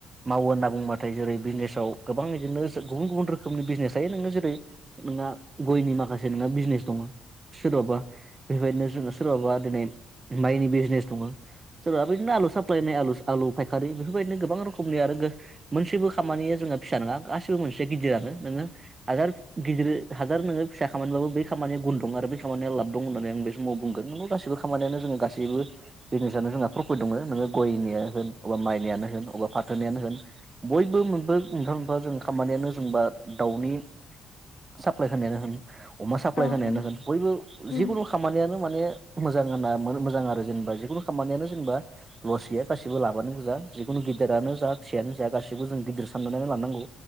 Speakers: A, on the right; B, on the left.
A: मावो होनना बुङबाथाय जेरै बिजनेसाव गोबां बिदिनो गुबुन गुबुन रोखोमनि बिजनेस थायो नोङो जेरै नोंना गयनि माखासे नोंहा बिजनेस दङ सोरबाबा बेबायदिनो जोङो सोरबाबा दिनै माइनि बिजनेस दङ सोरबा बिदिनो आलु साप्लाय होननाय आलु आलु फायखारि बेफोरबायदिनो गोबां रोखोमनि आरो मोनसेबो खामानिया जोंहा फिसा नङा गासैबो मोनसेया गिदिरानो नोङो हाजार गिदिर हाजार नोङो फिसा खामानिबाबो बै खामानिया गुुन दं आरो बै खामानियाव लाब दं होननानै आं बे समाव बुंगोन नंगौ गासैबो खामानियानो जोङो गासैबो बिजनेसनो जोंहा प्रफिट दङो नोङो गयनिया होन अबा माइनियानो होन अबा फाथोनियानो होन बयबो मोनबो मोनफा मोनफा जों खामानियानो जोंबा दाउनि साप्लाय होनायानो होन अमा साप्लााय
B: औ ओं
A: होनायानो होन बयबो
B: उम
A: जिखुनु खामानियानो माने मोजां होनना मोजां आरो जेनेबा जिखुनु खामानियानो जेनेबा लस गैया गासिबो लाबानो गोजा जिखुनु गिदिरानो जा फिसायानो जा गाैबो जों गिदिर साननानै लानांगौ